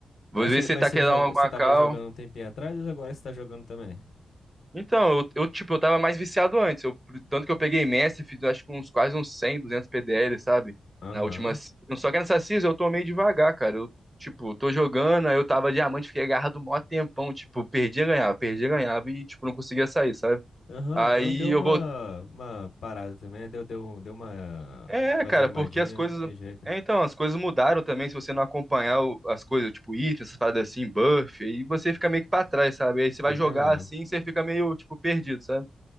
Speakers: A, on the right; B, on the left.
A: às
B: Mas
A: vezes
B: você,
A: você
B: mas
A: tá
B: você
A: querendo
B: joga,
A: dar uma guacal,
B: você tava jogando um tempinho atrás ou agora você tá jogando também?
A: Então, eu, eu, tipo, eu tava mais viciado antes. Eu, tanto que eu peguei Messi, fiz acho que uns quase uns 100, 200 PDL, sabe?
B: Aham.
A: Na última. se- Só que nessa season eu tô meio devagar, cara. Eu, tipo, tô jogando, aí eu tava diamante, fiquei agarrado um maior tempão. Tipo, perdia, ganhava, perdia, ganhava e, tipo, não conseguia sair, sabe?
B: Aham,
A: Aí
B: deu, deu
A: eu
B: uma,
A: voltei.
B: uma parada também, né? deu, deu, deu uma,
A: É,
B: uma
A: cara,
B: desanimadinha,
A: porque as coisas.
B: né? tem jeito,
A: É,
B: né?
A: então, as coisas mudaram também. Se você não acompanhar o- as coisas, tipo, item, essas paradas assim, buff, aí você fica meio que pra trás, sabe? Aí você
B: Fica
A: vai jogar
B: mesmo,
A: assim, você fica meio, tipo, perdido, sabe?